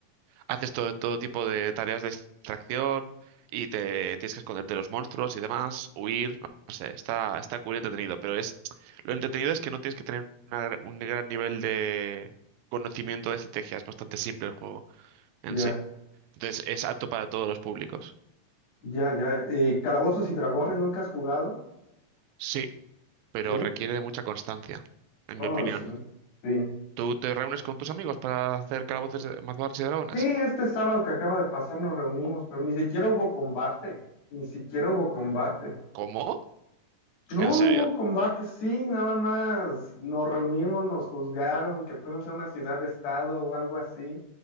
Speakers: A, on the right; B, on the left.
A: haces todo, todo tipo de tareas de extracción y te tienes que esconderte de los monstruos y demás, huir, no, no sé, está, está cool y entretenido. Pero es, lo entretenido es que no tienes que tener una gra- un gran nivel de conocimiento de estrategia. Es bastante simple el juego en
B: ya,
A: sí. Entonces, es apto para todos los públicos.
B: ya, ya. ¿Y Calabozos y Dragones nunca has jugado?
A: Sí, pero
B: Sí,
A: requiere de mucha constancia, en
B: oh,
A: mi opinión.
B: sí, sí.
A: ¿Tú te reúnes con tus amigos para hacer calabozos, de- mazmorras y dragones?
B: Sí, este sábado que acaba de pasar nos reunimos, pero ni siquiera hubo combate, ni siquiera hubo combate.
A: ¿Cómo?
B: No,
A: ¿En serio?
B: no hubo combate, sí, nada más nos reunimos, nos juzgaron, que fuimos a una ciudad-estado o algo así.